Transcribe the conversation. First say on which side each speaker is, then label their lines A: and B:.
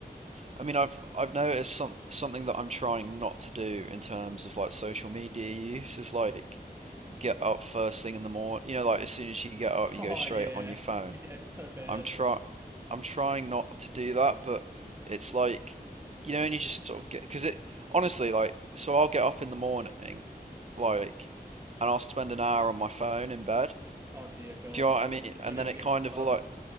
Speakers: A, on the right; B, on the right.
A: I mean, I've I've noticed some something that I'm trying not to do in terms of like social media use is like get up first thing in the morning. You know, like as soon as you get up, you
B: Oh
A: go straight
B: yeah,
A: on your phone.
B: yeah, it's so bad.
A: I'm try I'm trying not to do that, but it's like, you know, and you just sort of get because it honestly like so I'll get up in the morning, like, and I'll spend an hour on my phone in bed.
B: Oh dear God,
A: Do you know what
B: don't,
A: I mean? And
B: don't even
A: then it
B: get
A: kind
B: me started.
A: of like